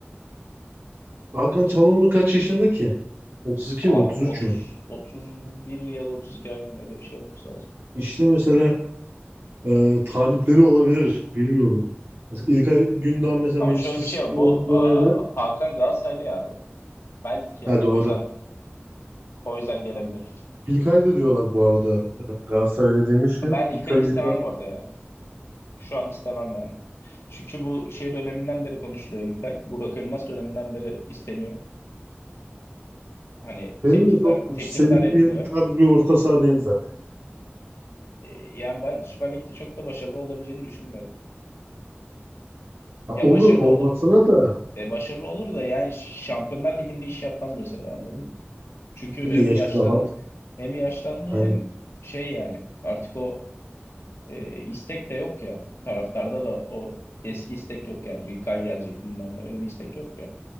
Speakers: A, on the right; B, on the left.
A: Hakan Çalhanoğlu kaç yaşında ki? 32
B: Abi
A: mi 33
B: 30
A: mü?
B: 31 ya da 32 aynen öyle bir şey olması lazım.
A: İşte mesela e, talipleri olabilir. Bilmiyorum. Mesela İlkay Gündoğan mesela
B: Ama
A: Manchester
B: şöyle bir
A: City'de
B: şey var. Bu
A: oynadı.
B: aa, Hakan Galatasaraylı ya abi. Belki yani
A: Ha doğru.
B: o yüzden o yüzden gelebilir.
A: İlkay da diyorlar bu arada. E, Galatasaray'da demişken
B: Ben
A: İlkay
B: İlkay'ı istemem
A: Gündoğan
B: bu arada ya. Şu an istemem yani. Çünkü bu şey döneminden beri konuşuluyor İlkay. Burak Elmas döneminden beri isteniyor. Hani
A: Benim
B: teklifler
A: de çok
B: teklifler
A: sevdiğim
B: yapılıyor.
A: tarz bir orta saha değil zaten.
B: E, yani ben Süper Lig'de çok da başarılı olabileceğini düşünmüyorum.
A: Ya
B: Ya
A: olur
B: başarılı
A: olmasına
B: olur.
A: da
B: E, başarılı olur da yani Şampiyonlar Ligi'nde iş yapmaz mesela anladın mı? Çünkü
A: bir
B: hem
A: de yaşı
B: yaşlandı
A: da var.
B: hem yaşlandı hem
A: Yani
B: şey yani artık o e, istek de yok ya. Taraftarda da o eski istek yok yani. İlkay gelecek bilmem ne öyle bir istek yok ya.